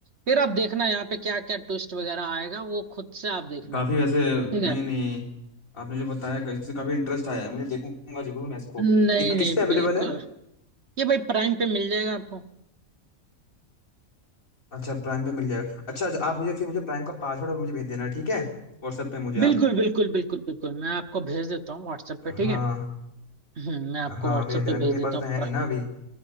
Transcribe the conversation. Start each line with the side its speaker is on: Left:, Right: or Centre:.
Right: फिर आप देखना यहाँ पे क्या क्या ट्विस्ट वगैरह आएगा वो खुद से आप देखना
Left: काफी वैसे
Right: ठीक है
Left: नहीं नहीं आपने जो बताया कैसे काफी इंटरेस्ट आया है मुझे देखूंगा जरूर मैं इसको
Right: नहीं
Left: ये
Right: नहीं
Left: किस पे अवेलेबल
Right: बिल्कुल
Left: है
Right: ये भाई प्राइम पे मिल जाएगा आपको
Left: अच्छा प्राइम पे मिल जाएगा अच्छा अच्छा, आप मुझे फिर मुझे प्राइम का पासवर्ड मुझे भेज देना ठीक है व्हाट्सएप पे मुझे
Right: बिल्कुल
Left: आप
Right: बिल्कुल बिल्कुल बिल्कुल मैं आपको भेज देता हूँ व्हाट्सएप पे ठीक
Left: हाँ
Right: है हम्म, मैं आपको
Left: हाँ
Right: व्हाट्सएप
Left: भेज देना
Right: पे
Left: क्योंकि
Right: भेज
Left: मेरे
Right: देता
Left: पास
Right: हूँ
Left: तो है
Right: प्राइम
Left: नहीं ना अभी